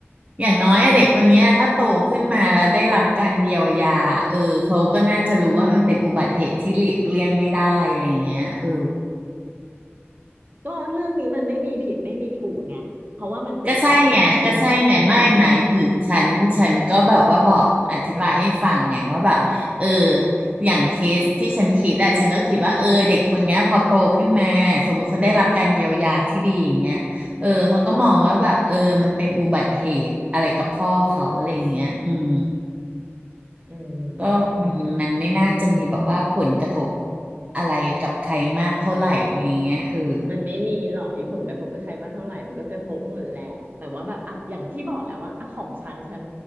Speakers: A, on the right (about 30°); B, on the right (about 45°).
A: อย่างน้อยอะเด็กคนเนี้ยถ้าโตขึ้นมาแล้วได้รับการเยียวยาเออเขาก็น่าจะรู้ว่ามันเป็นอุบัติเหตุที่หลีกเลี่ยงไม่ได้อะไรอย่างเงี้ยเออ
B: ก็เรื่องนี้มันไม่มีผิดไม่มีถูกไงเพราะว่ามันเป็นคำถามเชิงปรัชญา
A: ก็ใช่ไงก็ใช่ไงไม่หมายถึงฉันฉันก็แบบว่าบอกอธิบายให้ฟังไงว่าแบบเอออย่างเคสที่ฉันคิดอะฉันก็คิดว่าเออเด็กคนเนี้ยพอโตขึ้นมาสมมุติเขาได้รับการเยียวยาที่ดีอย่างเงี้ยเออเขาก็มองว่าแบบเออมันเป็นอุบัติเหตุอะไรกับพ่อเขาอะไรอย่างเงี้ยอืม
B: อืม
A: ก็มันมันไม่น่าจะมีแบบว่าผลกระทบ
B: อืม
A: อะไรกับใครมากเท่าไหร่อะไรอย่างเงี้ยเออ
B: มันไม่มีหรอกไอ้ผลกระทบกับใครมากเท่าไหร่มันก็กระทบหมดแหละแต่ว่าแบบอ่ะอย่างที่บอกแหล้วว่าอ่ะของฉันฉัน